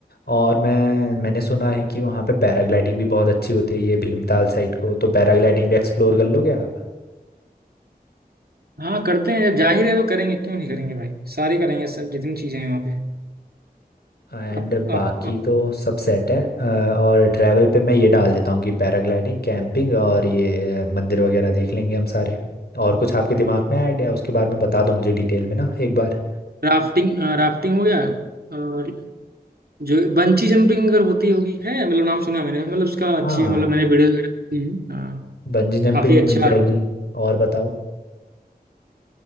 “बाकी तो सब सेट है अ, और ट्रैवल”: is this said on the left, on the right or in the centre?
Left